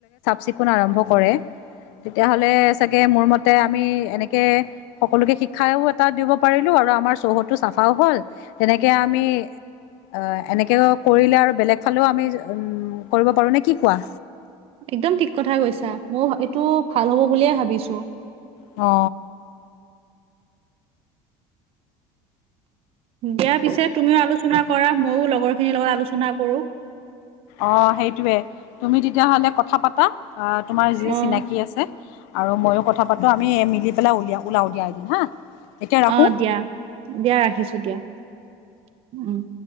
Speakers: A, on the left (about 80°); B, on the right (about 45°).
A: চিকুণ আৰম্ভ কৰে তেতিয়াহ'লে চাগে মোৰ মতে আমি এনেকে সকলোকে শিক্ষাও এটা দিব পাৰিলো আৰু আমাৰ চৌহদটো চাফাও হ'ল তেনেকে আমি অ এনেকে কৰিলে আৰু বেলেগ ফালেও আমি উম কৰিব পাৰো নে কি কোৱা
B: একদম ঠিক কথা কৈছা মই এইটো ভাল হ'ব বুলিয়ে ভাবিছো
A: অ
B: দিয়া পিছে তুমিও আলোচনা কৰা মই লগৰ খিনিৰ লগত আলোচনা কৰো
A: অ সেইটয়ে তুমি তেতিয়াহলে কথা পাতা অ তোমাৰ যি
B: অ',
A: চিনাকি আছে আৰু ময়ো কথা পাতোঁ আমি মিলি পেলাই উলিয়াই ওলাও উলিয়াই এদিন হা এতিয়া ৰাখোঁ।
B: অ দিয়া দিয়া ৰাখিছো দিয়া উম